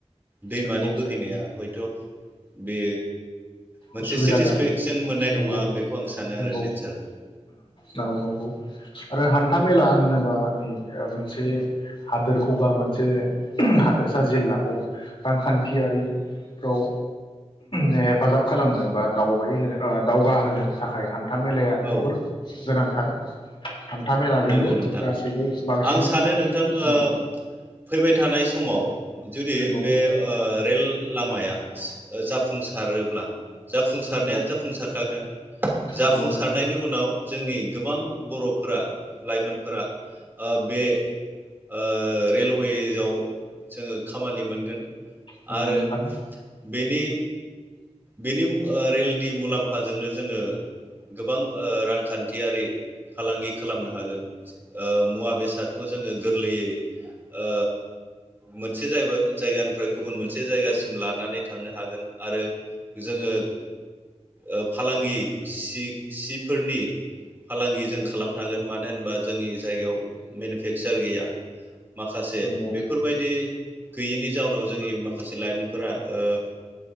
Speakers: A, on the right (about 20°); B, on the left (about 45°).
A: दैमानि
B: नंगौ
A: बोहैनाया हयथ' बे मोनसे
B: उसुबिदा
A: सेटिसफेक्सन
B: जागोन
A: मोननाय नङा
B: नंगौ
A: बेखौ आं सानो
B: नंगौ
A: आरो नेचारखौ
B: नंगौ नंगौ। आरो हान्था मेला होनोबा नै मोनसे हादोरखौ बा मोनसे हादोरसा जिल्लाखौ रांखान्थियारिफ्राव हेफाजाब खालामनो बा दावबाय होनो ओ दावगाहोनो थाखाय हान्था मेलाया
A: औ
B: जोबोर गोनांथार हान्था मेलाजोंनो
A: नंगौ नोंथां
B: गासैबो बांसिन
A: आं सानो नोंथां ओ
B: औ
A: फैबाय थानाय समाव जुदि
B: नंगौ
A: बे ओ रेल लामाया ओ जा फुंसारोब्ला जाफुंसारनाया
B: नंगौ
A: जाफुंसारखागोन
B: नंगौ
A: जाफुंसारनायनि
B: नोंथां
A: उनाव जोंनि गोबां बर' फोरा लाइमोन फोरा ओ बे ओ रेलवेेजाव जोङो खामानि मोनगोन
B: नंगौ
A: आरो
B: नोंथां
A: बेनि बेनि ओ रेल नि मुलाम्फाजोंनो जोङो गोबां ओ रांखान्थियारि फालांगि खालामनो हागोन। ओ मुवा बेसादखौ जोङो गोर लैयै ओ मोनसे जायबा जायगानिफ्राय गुबुन मोनसे जायगासिम लानानै थांनो हागोन आरो जोङो ओ फालांगि सि-सिफोरनि फालांगि जों खालामनो हागोन मानो होनबा जोंनि जायगायाव मेनुफेक्सार गैया माखासे
B: नंगौ
A: बेफोरबायदि गैयिनि जाउनाव जोंनि माखासे लाइमोनफोरा ओ